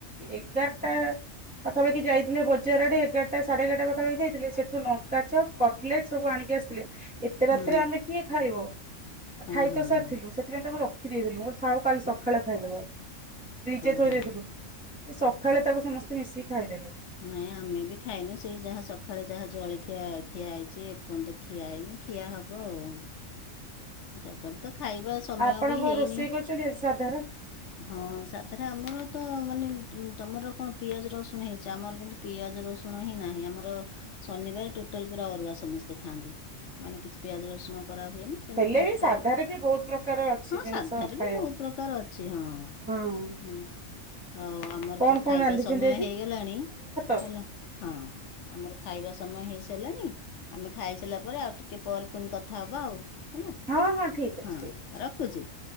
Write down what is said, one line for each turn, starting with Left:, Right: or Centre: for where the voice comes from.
Centre: ଏଗାରଟା ପାଖାପାଖି ଯାଇଥିଲେ ବଜାରରେ ଏଗାରଟା ସାଢେ ଏଗାରଟା ପାଖାପାଖି ଯାଇଥିଲେ ସେଠୁ ଲଙ୍କା ଚପ୍ କଟଲେଟ ସବୁ ଆଣିକି ଆସିଥିଲେ ଥିଲେ। ଏତେ
Left: ହୁଁ
Centre: ରାତିରେ ଆମେ କିଏ ଖାଇବ
Left: ହଁ
Centre: ଖାଇ
Left: ହଁ
Centre: ତ ସାରିଥିଲୁ
Left: ହଁ
Centre: ସେଥିପାଇଁ ତାକୁ ରଖ ରଖି ଦେଲି ମ ଥାଉ କାଲି ସକାଳେ ଖାଇଦବା ଫ୍ରିଜ
Left: ହଁ
Centre: ରେ ଥୋଇ
Left: ହଁ।
Centre: ଦେଇଥିଲୁ ଏ ସକାଳେ ତାକୁ ସମସ୍ତେ ମିଶିକି ଖାଇଦେଲୁ।
Left: ନାଇଁ ଆମେ ବି ଖାଇନୁ ସେଇ ଯାହା ସକାଳେ ଯାହା ଜଳଖିଆ ଖିଆ ହେଇଛି ଏପର୍ଯ୍ୟନ୍ତ ଖିଆ ହେଇନି ଖିଆ ହବ ଆଉ ତାପରେ ଖାଇବା ସମୟ
Centre: ଆପଣ
Left: ବି
Centre: କଣ
Left: ହେଇନି
Centre: ରୋଷେଇ କରିଛନ୍ତି ଆଜି ସାଧାରେ
Left: ହଁ ସାଧରେ ଆମର ତ ମାନେ ତମର କଣ ପିଆଜ ରସୁଣ ହେଇଛି ଆମର କିନ୍ତୁ ପିଆଜ। ି ରସୁଣ ହିଁ ନାହିଁ ଆମର ଶନିବାର ଟୋଟାଲ ପୁରା ଅରୁଆ ସମସ୍ତେ ଖାଆନ୍ତି ମାନେ କିଛି ପିଆଜ ରସୁଣ ଖରା ହୁଏନି ସେନ
Centre: ହେଲେ
Left: ଭାତ
Centre: ବି ସାଧାରେ ବି ବହୁତ ପ୍ରକାର ଅଛି
Left: ହଁ
Centre: ଜିନିଷ
Left: ସାଧାରେ
Centre: ଖାଇବା
Left: ବି ବହୁତ ପ୍ରକାର ଅଛି ହଁ
Centre: ହଁ
Left: ହେଲା ହଉ ଆମର
Centre: କଣ
Left: ତ
Centre: କଣ
Left: ଖାଇବା
Centre: ରାନ୍ଧିଛନ୍ତି
Left: ସମୟ
Centre: ଆଜି?
Left: ହେଇଗଲାଣି
Centre: <inaudible>
Left: ହେଲା ହଁ ଆମର ଖାଇବା ସମୟ ହେଇସାରିଲାଣି ଆମେ ଖାଇସାରିଲା ପରେ ଆଉ ଟିକେ ପରେ ପୁଣି କଥା ହବା ଆଉ ହେଲା
Centre: ହଁ ହଁ ଠିକ ଅଛି
Left: ହଁ
Centre: ଠିକ ଅଛି
Left: ରଖୁଛି